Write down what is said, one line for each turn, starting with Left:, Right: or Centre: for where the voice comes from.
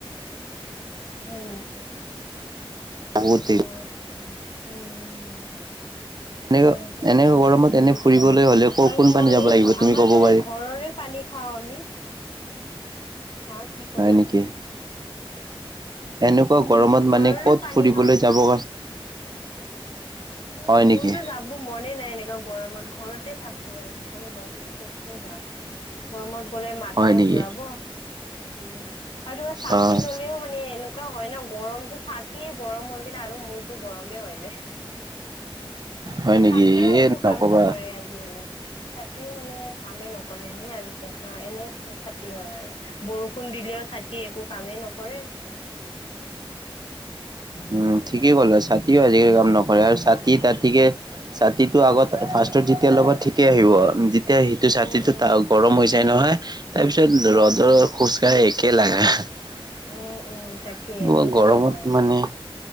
Left: হয়, নেকি।
Right: বহুত
Left: অহ, আচ্ছা উম।
Right: এনেকা
Left: হয় তাকে,
Right: এনেকা গৰমত
Left: উম
Right: এনে ফুৰিবলৈ
Left: -উম
Right: হলে ক
Left: আৰু
Right: কোন পানী
Left: মই
Right: যাব
Left: এই
Right: লাগিব তুমি
Left: আমাৰতো
Right: ক'ব পাৰি
Left: এই ঘৰৰে পানী পানী খাওঁ আমি। হা কি ক'লা?
Right: হয় নেকি এনেকুৱা
Left: উম,
Right: গৰমত
Left: ঘৰৰে
Right: মানে ক'ত
Left: পানী
Right: ফুৰিবলৈ
Left: খাওঁ তোমাৰ।
Right: যাব
Left: উম,
Right: হয়
Left: মোৰতো
Right: নেকি
Left: যাব মনে নাই এনেকা গৰমত ঘৰতে থাকো। <unintelligible> ইমান গৰমত ক'তনো যাম গৰমত গলে মাথাই
Right: হয় নেকি
Left: ঘূৰাব উম, আৰু তোমাৰ ছাতি
Right: অ
Left: ল'লেও মানে এনে এনেকুৱা হয় ন' গৰমতটো ছাতিয়ে গৰম হৈ কিনে আৰু মূৰটো গৰমেই হৈ যায়।
Right: হয় নেকি?
Left: ছাতিয়েও
Right: এ
Left: একো
Right: নক'বা।
Left: কাম নকৰে আজিকালি। ছাতিও মানে কামে নকৰে এনে আৰু দেখা এনে ছাতি হয় আৰু বৰষুণ দিলেও ছাতি একো কামেই নকৰে।
Right: উম, ঠিকেই কলা ছাতিও
Left: সেইকাৰণে
Right: আজিকালি কাম নকৰে আৰু ছাতি- তাতীকে ছাতিটো আগত ফাৰ্ষটত যেতিয়া লগত ঠিকে আহিব যেতিয়া সেইটো ছাতিটো
Left: উম উম
Right: গৰম হৈ যাই নহয় হয়, তাৰ পিছত
Left: উম
Right: ৰ'দৰ
Left: উম
Right: খোজ কাঢ়া একে লাগা <inaudible>
Left: উম উম তাকে
Right: মই
Left: সেইটোতো
Right: গৰমত
Left: হয়
Right: মানে